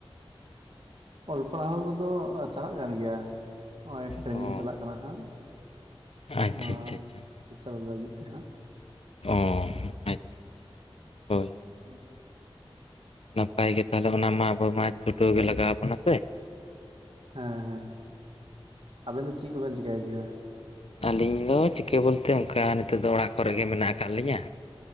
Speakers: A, on the right; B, on the left.
A: ᱚᱞ ᱯᱟᱲᱦᱟᱣ ᱠᱚᱫᱚ ᱪᱟᱞᱟᱜ ᱠᱟᱱ ᱜᱮᱭᱟ, ᱱᱚᱜᱼᱚᱭ ᱴᱨᱮᱱᱤᱝ
B: ᱚ
A: ᱪᱟᱞᱟᱜ ᱠᱟᱱᱟ ᱦᱟᱸᱜ᱾
B: ᱟᱪᱪᱷᱟ
A: ᱚᱱᱟ
B: ᱟᱪᱪᱷᱟ ᱟᱪᱪᱷᱟ
A: ᱴᱤᱪᱟᱨ ᱞᱟᱹᱜᱤᱫ ᱛᱮᱦᱟᱸᱜ᱾
B: ᱚ ᱟᱪᱪᱷᱟ ᱟᱪᱪᱷᱟ ᱦᱳᱭ
A: ᱦᱮᱸ <unintelligible>
B: ᱱᱟᱯᱟᱭ ᱜᱮ ᱛᱟᱦᱚᱞᱮ ᱚᱱᱟ ᱢᱟ ᱟᱵᱚ ᱢᱟ ᱪᱷᱩᱴᱟᱹᱣ ᱜᱮ ᱞᱟᱜᱟᱣ ᱟᱵᱚᱱᱟ ᱥᱮ᱾
A: ᱦᱮᱸ ᱦᱮᱸ, ᱟᱵᱮᱱ ᱫᱚ ᱪᱮᱫ ᱠᱚᱵᱮᱱ ᱪᱤᱠᱟᱹᱭ ᱜᱮᱭᱟ?
B: ᱟᱹᱞᱤᱧ ᱫᱚ ᱪᱤᱠᱟᱹ ᱵᱚᱞᱛᱮ ᱚᱱᱠᱟ ᱱᱤᱛᱚᱜ ᱫᱚ ᱚᱲᱟᱜ ᱠᱚᱨᱮ ᱜᱮ ᱢᱮᱱᱟᱜ ᱟᱠᱟᱫ ᱞᱤᱧᱟᱹ᱾